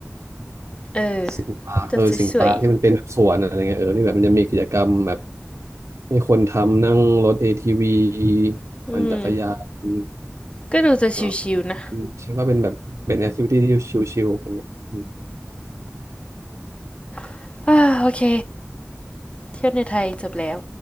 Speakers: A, on the left (about 20°); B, on the right (about 70°).
A: เออ
B: สิงห์ปาร์คเออสิงห์ปาร์คที่มันเป็นแบบสวนอะไรเงี้ยเออที่แบบมันจะมีกิจกรรมแบบ
A: จะสวย
B: ให้คนทำนั่งรถ ATV
A: ๆอืม
B: ปั่นจักรยาน
A: ก็ดูจะชิวๆนะ
B: เอออชื่อว่าเป็นแบบเป็นแอคทิวิตี้ที่ชิลๆอย่างเงี้ยอืม
A: <sighs> อ่าโอเคเที่ยวในไทยจบแล้ว